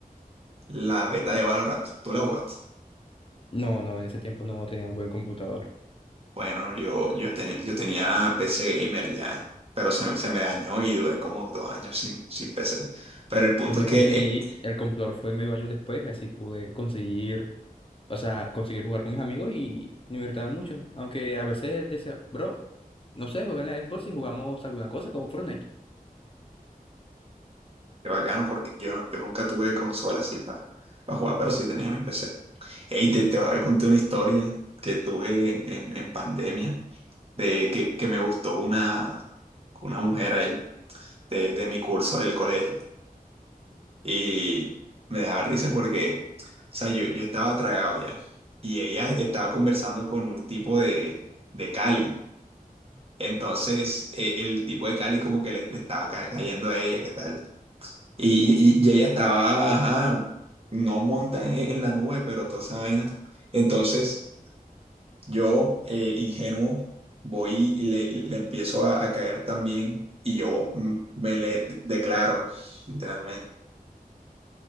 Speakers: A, on the right; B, on the left.
A: la beta de Valorant. ¿Tú la jugaste?
B: No, no, en ese tiempo no tenía un buen computador.
A: Bueno, yo, yo, ten- yo tenía PC gamer ya, pero se me, se me dañó y duré como dos años sin, sin PC. Pero el punto
B: Yo
A: es que
B: conseguí,
A: eh,
B: el computador fue medio año después, así pude conseguir, o sea, conseguir jugar con mis amigos y me divertía mucho. Aunque a veces él decía, bro, no sé, juega en la Xbox y jugamos alguna cosa como Fortnite.
A: Qué bacano, porque yo, yo nunca tuve consola así para, para jugar, pero sí tenía mi PC. Ey, te, te voy a contar una historia que tuve en, en- en pandemia, de que, que me gustó una, una mujer ahí de, de mi curso del colegio. Y me daba risa porque, o sea, yo, yo estaba tragado ya. Y ella estaba conversando con un tipo de, de Cali. Entonces, eh, el tipo de Cali como que le, le estaba ca- cayendo a ella, ¿qué tal? Y, y- y ella estaba, ajá, no monta en, en la nube, pero toda esa vaina. Entonces yo, eh, ingenuo, voy y le, le empiezo a, a caer también y yo mm, me le de- declaro, literalmente.